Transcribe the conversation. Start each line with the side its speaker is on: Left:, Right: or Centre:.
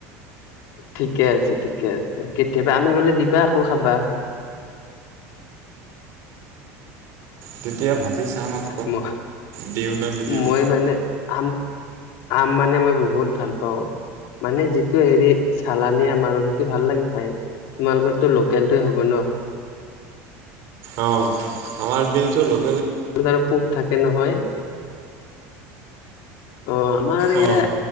Left: ঠিকে আছে ঠিকে আছে, কেতিয়াবা আমি গলে দিবা আকৌ খাবা।
Right: তেতিয়া ভাব ভাবি চাম আক,
Left: ম
Right: দিওঁ নে নিদিওঁ?
Left: মই মানে আম আম মানে মই বহুত ভাল পাওঁ। মানে, যিটো হেৰি চালানি আম আৰু সেইটো ভাল লাগে খাই তোমালোকৰটো লোকেলটোৱে হ'ব ন।
Right: অ' আমাৰ পিনেটো লোক
Left: টো তাৰে পোক থাকে নহয়। অ আমাৰ ইয়াতে
Right: অ,